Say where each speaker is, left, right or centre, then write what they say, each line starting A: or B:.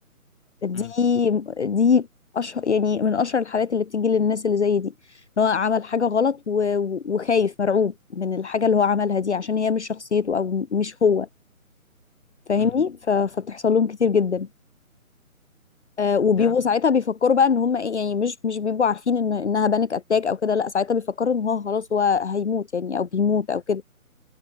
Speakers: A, on the left (about 50°); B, on the left (about 20°).
A: دي
B: مم،
A: دي اشهر يعني من اشهر الحالات اللي بتيجي للناس اللي زي دي ان هو عمل حاجه غلط و- و- وخايف مرعوب من الحاجه اللي هو عملها دي عشان هي مش شخصيته او مش هو فاهمني
B: مم.
A: ف- فبتحصل لهم كتير جدا آه، وبيبقوا
B: ده
A: ساعتها بيفكروا بقى ان هم ايه يعني مش مش بيبقوا عارفين ان انها بانيك اتاك او كده لا ساعتها بيفكروا ان هو خلاص هو هيموت يعني او بيموت او كده